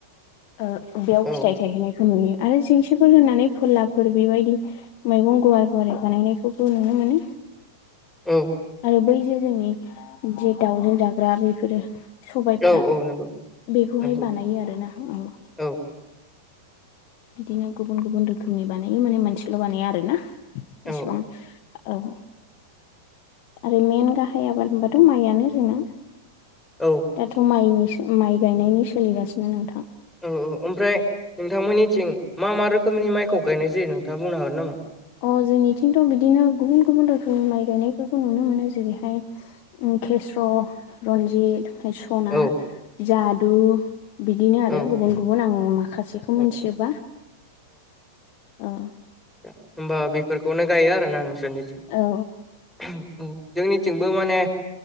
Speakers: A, on the left (about 45°); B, in the centre.
A: ओ बेयाव
B: औ
A: फिथाइ थायहैनायखौ नुयो आरो जेंसिफोर होनानै फोरलाफोर बेबायदि मैगं गुवार गुवारि बानायनायखौबो नुनो मोनो
B: औ
A: आरो बै जे जोंनि जे दाउजों जाग्रा बेफोरो सबायफ्रा
B: औ औ नंगौ
A: बेखौहाय
B: नंगौ
A: बानायो आरोना औ
B: औ
A: बिदिनो गुबुन गुबुन रोखोमनि बानायो माने मोनसेल' बानायो आरोना जेसेबां
B: औ
A: औ आरो मेन गाहाय आबाद होनबाथ' माइआनो जोंना
B: औ
A: दाथ' माइनि माइ गायनायनि सोलिगासिनो नोंथां
B: औ औ ओमफ्राय नोंथांमोननिथिं मा मा रोखोमनि माइखौ गायनाय जायो नोंथाङा बुंनो हागोन नामा
A: अ जोंनिथिंथ' बिदिनो गुबुन गुबुन रोखोमनि माइ गायनायफोरखौ नुनो मोनो जेरैहाय केेस्र' रन्जित सना
B: औ
A: जादु बिदिनो आरो
B: औ
A: गुबुन गुबुन आं माखासेखौ
B: औ
A: मिथियोबा ओ
B: होनोमबा बेफोरखौनो गायो आरोना नोंसोरनिथिं
A: औ
B: जोंनिथिंबो माने